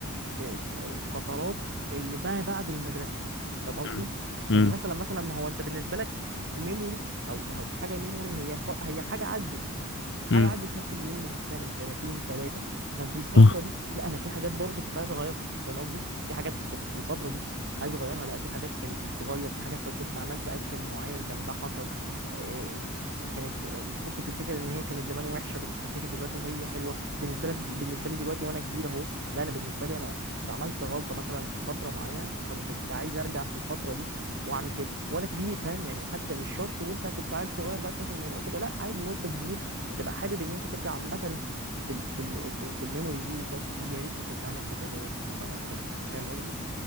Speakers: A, on the right; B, on the left.
A: آه، الفترات اللي ما بعد المدرسه فاهم قصدي
B: مم. مم.
A: يعني مثلا مثلا ما هو انت بالنسبه لك ميموري او او حاجه ميموري هي ف... هي حاجه عدت
B: مم.
A: حاجه عدت ممكن نقول من سنه سنتين ثلاثه كان في الفتره
B: آه.
A: دي لا انا في حاجات برضو كنت عايز اغيرها فاهم قصدي في حاجات كنت في الفتره دي عايز اغيرها لا في حاجات كانت تتغير في حاجات لو كنت عملت اكشن معين كان ده حصل آه، كانت ممكن تفتكر ان هي كانت زمان وحشه بس تفتكر دلوقتي هي حلوه بالنسبه لك بالنسبه لي دلوقتي وانا كبير اهو لا انا بالنسبه لي انا عملت غلطه مثلا في فتره معينه فانا كنت عايز ارجع في الفتره دي واعمل كده وانا كبير فاهم يعني حتى مش شرط وانت كنت عيل صغير بقى شايف الموضوع كده لا عادي وانت كبير هتبقى حابب ان انت ترجع عامه في في الم- في في الميموري دي وتقعد تقول يا ريتني كنت عملت كذا ويا ريتني كنت عملت كذا فاهم قصدي؟